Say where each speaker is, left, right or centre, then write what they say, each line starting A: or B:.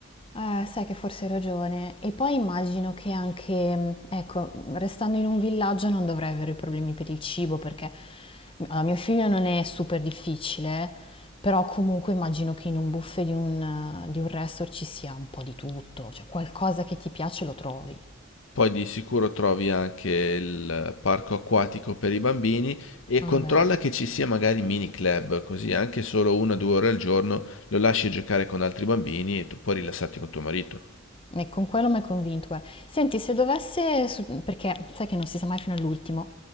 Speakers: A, on the left; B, on the left.
A: Eh, sai che forse hai ragione. E poi immagino che anche, mh, ecco, mh, restando in un villaggio non dovrei avere problemi per il cibo perché mh, allora, mio figlio non è super difficile, però comunque immagino che in un buffet di un, eh, di un resort ci sia un po' di tutto, cioè qualcosa che ti piace lo trovi.
B: Poi di sicuro trovi anche il parco acquatico per i bambini e
A: Vabbè.
B: controlla che ci sia magari mini club, così anche solo una o due ore al giorno lo lasci giocare con altri bambini e tu puoi rilassarti con tuo marito.
A: E con quello mi hai convinto, guarda. Senti, se dovesse, su- perché sai che non si sa mai fino all'ultimo.